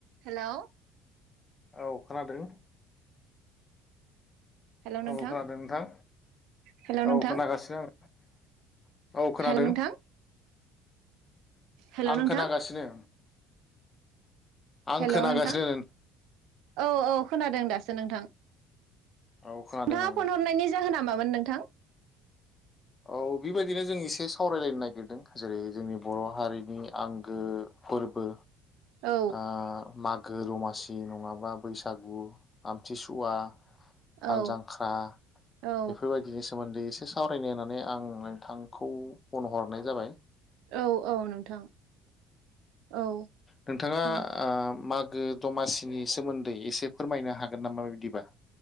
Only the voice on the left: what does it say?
औ खोनादों
औ खोनादों नोंथां
औ खोनागासिनो आङो औ खोनादों
आं
खोनागासिनो। आं
खोनागासिनो
औ खोनादों
आङो
औ बेबायदिनो जों एसे सावरायलायनो नागिरदों । जेरै जोंनि बर' हारिनि आंगो फोरबो
आ माग गो दमासि नङाबा बैसागु आमथिसुवा, हाल
जांख्रा
बेफोरबायदिनो सोमोन्दै एसे सावरायनो होननानै आं नोंथांखौ फन हरनाय जाबाय ।
नोंथाङा
आ मागो दमासि बिनि सोन्दै एसे फोरमायनो हागोन नामा बेबायदिबा?